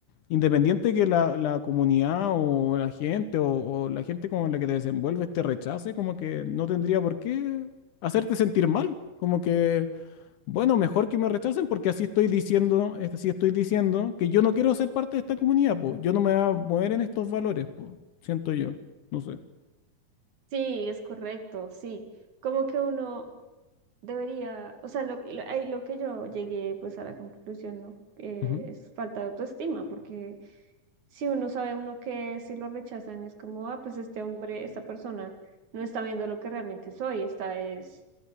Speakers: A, on the left; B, on the right.
A: Independiente que la, la comunidad o la gente o, o la gente con la que te desenvuelves te rechace, como que no tendría por qué hacerte sentir mal. Como que, bueno, mejor que me rechacen porque así estoy diciendo, es- así estoy diciendo que yo no quiero ser parte de esta comunidad, pues. Yo no me voy a mover en estos valores, pues. Siento yo. No sé.
B: sí, es correcto, sí. Como que uno debería, o sea, lo, lo- ahí lo que yo llegué pues a la conclusión, ¿no? Eh,
A: Ujú.
B: es falta de autoestima, porque si uno sabe uno que si lo rechazan es como, ah, pues este hombre, esta persona no está viendo lo que realmente soy, esta es,